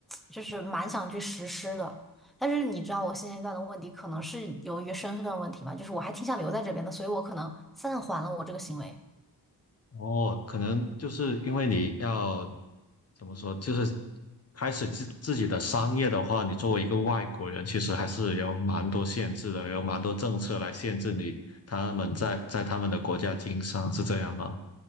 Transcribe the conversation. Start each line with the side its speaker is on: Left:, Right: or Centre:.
Centre: 就是蛮想去实施的。但是你知道，我现阶段的问题可能是由于身份问题嘛，就是我还挺想留在这边的，所以我可能暂缓了我这个行为。
Left: 哦，可能就是因为你要怎么说，就是开始自自己的商业的话，你作为一个外国人，其实还是有蛮多限制的，有蛮多政策来限制你他们在在他们的国家经商，是这样吗？